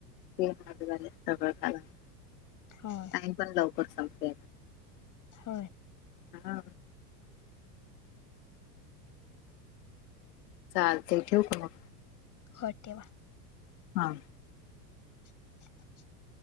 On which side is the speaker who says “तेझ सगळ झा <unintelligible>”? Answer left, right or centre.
Left